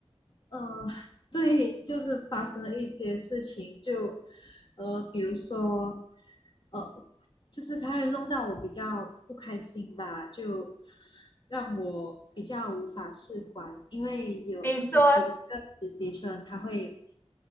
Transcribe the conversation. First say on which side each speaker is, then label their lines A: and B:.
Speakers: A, on the left; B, on the left.
A: 呃，<laughs> 对，就是发生了一些事情，就呃，比如说呃，就是他会弄到我比较不开心吧，就让我比较无法释怀，因为有就是其中一个实习生他会
B: 比如说，